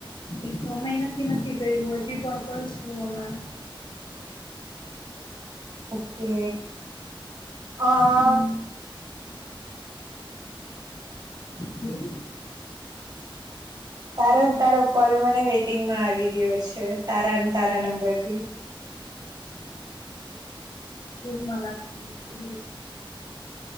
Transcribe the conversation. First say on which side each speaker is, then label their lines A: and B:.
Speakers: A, on the left (about 60°); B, on the right (about 45°).
A: એ તો અમે નક્કી નથી કર્યું હજી પણ કરશું અમા
B: ઓકે હ
A: હમ, બોલ
B: તારા ને તારો કોલ મને વેઇટિંગમાં આવી રહ્યો છે તારાને તારા નંબરથી
A: ફૂલ મલા ગ છે બલ